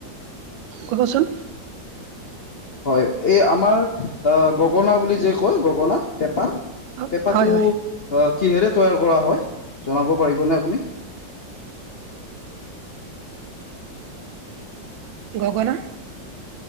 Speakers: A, on the right; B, on the left.
A: ক'বচোন
B: হয়ঁ এই আমাৰ আ গগনা বুলি যে কয় গগনা পেঁপা
A: অ,
B: পেপাটো
A: হয় হয়
B: অঁ কিহেৰে তৈয়াৰ কৰা হয় জনাব পাৰিবনে আপুনি?
A: গগনা